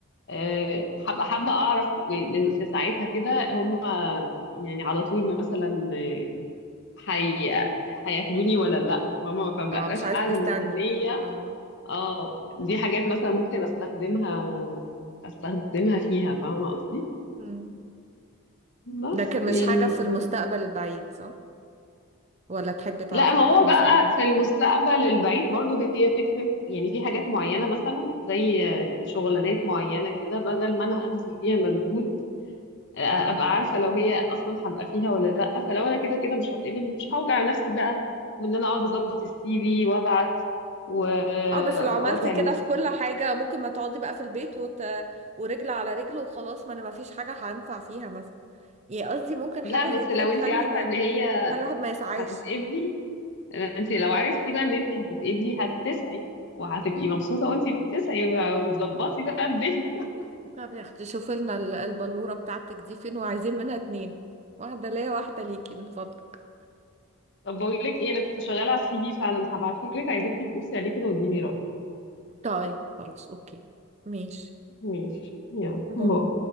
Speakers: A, on the left; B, on the right.
A: آه، حابة حابة اعرف من من- في ساعتها كده هم يعني على طول مثلا آه، حي هياخدوني ولا لا ماما ما بقاش
B: اه مش عايزة
A: قاعدة
B: تستني
A: مستنية
B: اه
A: اه دي حاجات مثلا ممكن استخدمها استخدمها فيها فاهمة قصدي
B: مم.
A: بس
B: لكن
A: يعني
B: مش حاجة في المستقبل البعيد صح ولا تحبي تعرفي
A: لا ما
B: حاجة
A: هو
B: في
A: بقى
B: المستقبل البعيد
A: في المستقبل البعيد برضو هي فكرة يعني في حاجات معينة مثلا زي شغلانات معينة كده بدل ما انا ابذل فيها مجهود ابقى عارفة لو هي اصلا هبقى فيها ولا لا فلو انا كده كده مش هتقبل مش هوجع نفسي بقى بان انا اقعد اظبط السي في وابعت و...
B: اه بس لو عملتي
A: واتعب
B: كده
A: نفسي
B: في كل حاجة ممكن ما تقعدي بقى في البيت وت... ورجل على رجل وخلاص ما انا ما فيش حاجة هنفع فيها مثلا يعني قصدي ممكن
A: لا
B: حاجة زي
A: بس
B: كده
A: لو
B: تخلي
A: انت عارفة
B: ما...
A: ان
B: ما-
A: هي
B: تخلي الواحد ما يسعاش
A: هتتقبلي انت لو عرفتي بقى ان انت هتتقبلي هتسعي وهتبقي مبسوطه وانت بتسعي وتظبطي بقى الدنيا <laughs>
B: طب يا اختي شوفي لنا ال- البلورة بتاعتك دي فين وعايزين منها اتنين واحدة ليا واحدة ليكي من فضلك
A: طب بقول لك ايه انا كنت شغاله على السي في فعلا هبعته لك عايزاكي تبصي عليه كده واديني رايك
B: طيب خلاص اوكي ماشي
A: ماشي يلا باي
B: باي